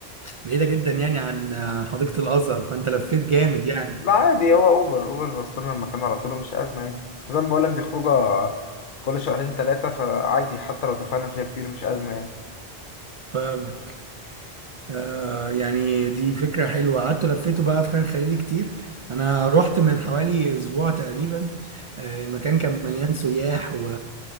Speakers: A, on the right; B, on the left.
A: بعيده جدا يعني عن عن حديقه الازهر فانت لفيت جامد يعني
B: لا عادي هو أوبر أوبر وصلنا المكان على طول مش أزمة يعني زي ما بقولك دي خروجة كل شهرين تلاتة فعادي حتى لو دفعنا فيها كتير مش أزمة يعني
A: فاهمك آه يعني دي فكره حلوه قعدت لفيته بقى في خان خليل كتير انا رحت من حوالي اسبوع تقريبا آه المكان كان مليان سياح و